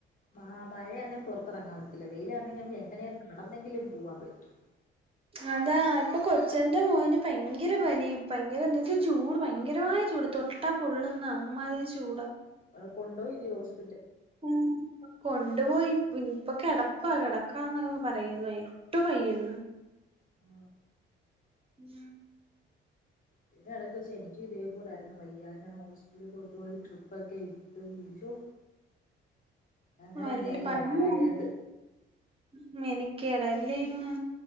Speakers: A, on the left; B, on the right.
A: ആ മഴയാന്നെങ്കിൽ പുറത്തെറങ്ങാൻ പറ്റില്ല വെയിലാന്നെങ്കി നമുക്ക് എങ്ങനെയ നടെന്നെ ങ്കിലും പൂവാൻ പറ്റും
B: അതാ ഇപ്പൊ കൊച്ചെന്റെ മോന് ഭയങ്കെര പനി ഭയങ്കെരന്ന്ച്ചാ ചൂട് ഭയങ്കരമായ ചൂട് തൊട്ട പൊള്ള്ന്ന അമ്മാതിരി ചൂട
A: <unintelligible> കൊണ്ടോയില്ലിയോ ഹോസ്
B: ഉം കൊണ്ട്പോയി ഇപ്പൊഞ്ഞ്പ്പൊ കെടപ്പാ കെടക്കാ <unintelligible> ന്നും പറയ്യ്ന്ന് എട്ടും വയ്യന്ന്
A: ആ
B: ഉം
A: ഇതിന്റെ എടക്ക് വെച്ച് എനിക്കും ഇതേപോലായ്ര്ന്നു വയ്യാര്ന്ന് അനെ ഹോസ്പിറ്റൽ കൊണ്ട്പോയി ട്രിപ്പാെക്കെ ഇട്ട് <unintelligible> അങ്ങനെയാ
B: അല്ല
A: നേരെ
B: പനി
A: ആയത്
B: <unintelligible> മെനി കേടായില്ലേ ഇങ്ങ്